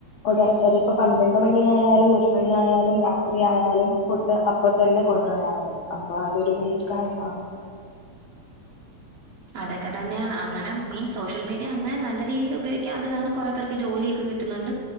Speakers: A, on the left; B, on the right.
A: ഒടെ എനീപ്പം പന്ത്രണ്ട് മണിയായാലും ഒരുമണിയായാലും രാത്രിയായാലും ഫുഡ് അപ്പൊ തന്നെ കൊണ്ടുവരാറുണ്ട് അപ്പൊ അതൊരു മെയിൻ കാര്യമാണ്
B: അതൊക്കെ തന്നെയാണ് അങ്ങനെ മീൻസ് സോഷ്യൽ മീഡിയ അങ്ങനെ നല്ല രീതീല് ഉപയോഗിക്കുക അത് കാരണം കുറേ പേർക്ക് ജോലിയൊക്കെ കിട്ടുന്നുണ്ട്